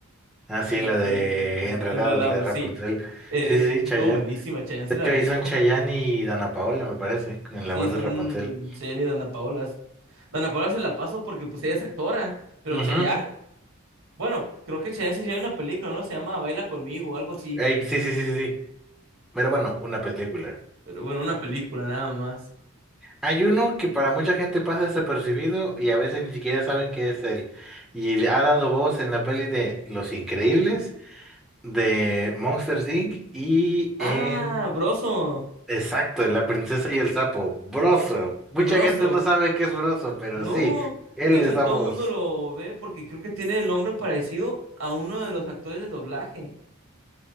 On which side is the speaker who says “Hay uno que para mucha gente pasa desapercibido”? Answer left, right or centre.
Centre